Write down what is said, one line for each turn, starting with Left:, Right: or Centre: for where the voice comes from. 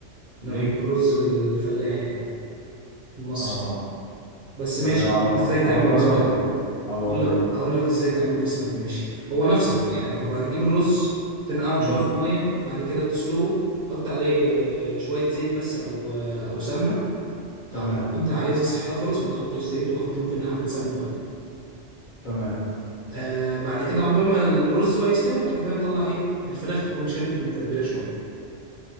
Right: انا
Left: ليه
Right: بحب
Left: كده
Right: الرز الفلاحي عادي المصري
Left: اه
Right: بس
Left: تمام
Right: ماشي أقولك
Left: ابقى
Right: ازاي تعمل
Left: أبقى اجربه
Right: بسمتي
Left: ابقى
Right: اقول
Left: اجربه
Right: لك اقول لك ازاي تعمل بسمتي ماشي هو نفس
Left: قول
Right: الطريقه
Left: لي.
Right: يعتبر هتجيب الرز تنقعه شويه
Left: مم.
Right: في الميه بعد كده تسلقه تحط عليه شويه زيت بس او او سمنه
Left: تمام
Right: او انت عايزها صحيه خالص ما تحطش زيت وحط ممكن حبه سمنه بلدي
Left: تمام
Right: آه بعد كده عقبال ما الرز بقى يستوي هتروح جاي مطلع ايه الفراخ تكون شربت من التتبيله شويه